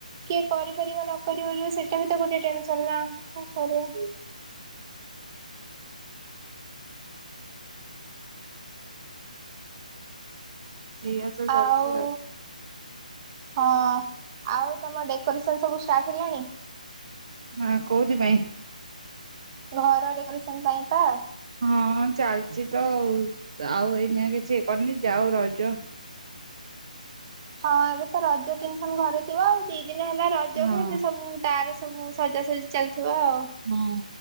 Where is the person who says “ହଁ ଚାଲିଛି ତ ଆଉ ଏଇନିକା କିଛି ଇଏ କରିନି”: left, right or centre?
Right